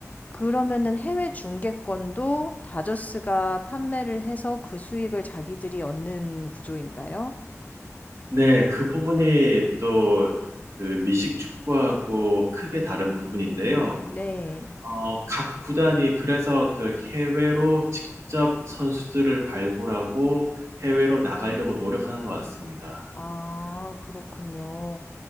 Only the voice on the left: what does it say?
그러면은 해외 중계권도 다저스가 판매를 해서 그 수익을 자기들이 얻는 구조인가요?
네.
아 그렇군요.